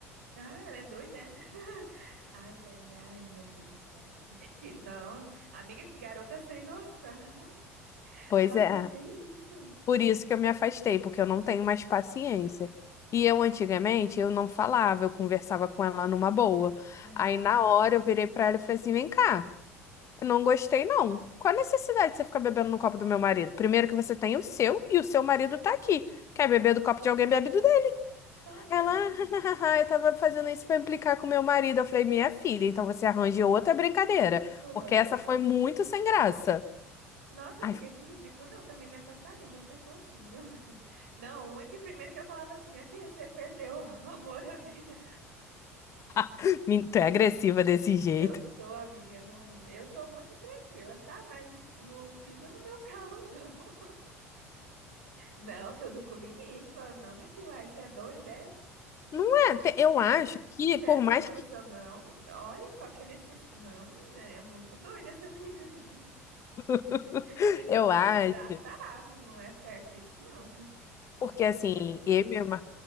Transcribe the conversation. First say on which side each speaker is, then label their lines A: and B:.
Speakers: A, on the right; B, on the left.
A: Ah, ela é doida, é? <laughs> Ai, ai, ai, meu Deus do céu. Gente, que. Não, amiga, que garota sem noção. <laughs>
B: Pois
A: Nossa,
B: é.
A: que isso?
B: Por isso que eu me afastei, porque eu não tenho mais paciência.
A: Uhum.
B: E eu antigamente eu não falava, eu conversava com ela numa boa.
A: Aham.
B: Aí na hora eu virei pra ela e falei assim: "Vem cá, eu não gostei não. Qual a necessidade de você ficar bebendo no copo do meu marido? Primeiro que você tem o seu e o seu marido tá aqui. Quer beber do copo de alguém, bebe do dele."
A: Nossa,
B: Ela,
A: não.
B: <laughs> eu tava fazendo isso pra implicar com meu marido. Eu falei: "Minha filha, então você
A: Nossa,
B: arranja
A: que
B: outra brincadeira,
A: ridícula.
B: porque essa foi muito sem graça."
A: Nossa,
B: Ai,
A: amiga, que ridícula. Não, também me afastaria de uma pessoa assim, viu? <laughs> Não, é que primeiro que eu falava assim, minha filha, você perdeu o <laughs> amor à vida.
B: <laughs> tu é agressiva desse jeito.
A: Eu sou, amiga, não, eu sou muito tranquila, sabe? Mas não pisa no meu calo, não. <laughs> Não, tudo com limite. Fala, não, minha filha, uai, você é doida, é?
B: Não é, te- eu
A: Você
B: acho que,
A: você
B: por
A: é
B: mais
A: sem noção,
B: que
A: não? Olha, qual que é necessidade. Não, menina, é muito doida essa menina aí.
B: <laughs>
A: <laughs> Precisa
B: eu acho,
A: de tratar, não é certo isso, não. <laughs> Gente,
B: porque assim,
A: garota sem
B: eu
A: noção.
B: e meu, ma-